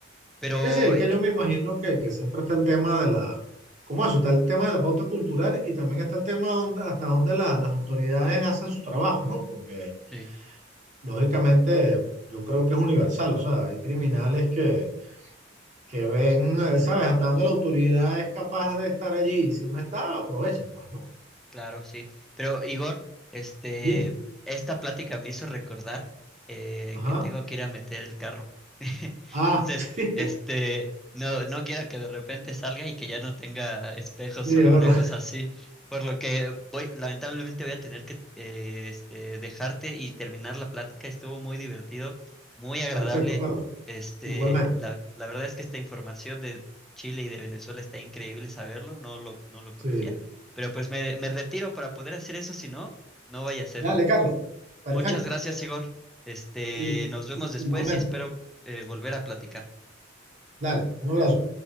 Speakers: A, in the centre; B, on the right.
A: Pero
B: Sí, sí, es
A: eh,
B: que yo me imagino que, que siempre está el tema de la... ¿Cómo eso? Está el tema de la pauta cultural y también está el tema donde- hasta donde la- las autoridades hacen su trabajo, ¿no? Porque
A: Sí.
B: lógicamente yo creo que es universal, o sea, hay criminales que... que ven, eh, ¿sabes? Hasta dónde la autoridad es capaz de estar allí. Si no está, aprovechan, pues, ¿no?
A: Claro, sí. Pero Igor, este,
B: Dime.
A: esta plática me hizo recordar eh,
B: Ajá.
A: que tengo que ir a meter el carro. <laughs>
B: Ah,
A: Entonces,
B: <laughs> sí,
A: este, no, no quiero que de repente salga y que ya no tenga espejos
B: es
A: o
B: verdad.
A: alguna cosa así. Por lo que voy, lamentablemente voy a tener que eh, este, dejarte y terminar la plática. Estuvo muy divertido, muy agradable.
B: Perfecto, Carlos.
A: Este,
B: Igualmente.
A: la, la verdad es que esta información de Chile y de Venezuela está increíble saberlo, no lo, no lo conocía.
B: Sí.
A: Pero pues me, me retiro para poder hacer eso, si no, no vaya a ser.
B: Dale, Carlos. Perfecto.
A: Muchas gracias, Igor. Este,
B: I-
A: nos vemos
B: i-
A: después
B: Igualmente.
A: y espero eh, volver a platicar.
B: Dale, un abrazo.